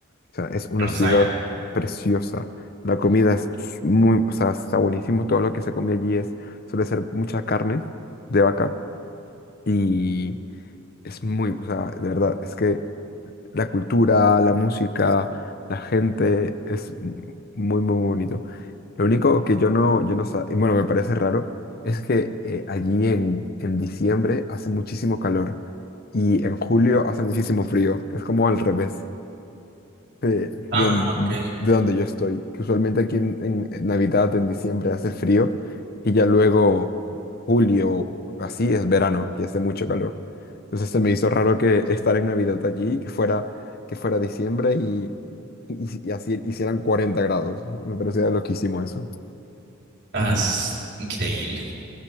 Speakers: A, on the left (about 50°); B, on the right (about 60°).
A: O sea, es una
B: Buenos
A: ciudad
B: Aires.
A: preciosa. La comida es s- muy, o sea, está buenísimo. Todo lo que se come allí es, suele ser mucha carne de vaca y es muy, o sea, de verdad, es que la cultura, la música, la gente es m- muy, muy bonito. Lo único que yo no, yo no sa- y bueno, me parece raro, es que eh, allí en, en diciembre hace muchísimo calor y en julio hace muchísimo frío. Es como al revés de,
B: Ah,
A: de don-
B: ok.
A: de donde yo estoy, que usualmente aquí en, en- en Navidad, en diciembre, hace frío y ya luego julio, así es verano, que hace mucho calor. Entonces se me hizo raro que estar en Navidad allí, que fuera, que fuera diciembre y, y, y así hicieran 40 grados. Me parecía loquísimo eso.
B: Estás increíble.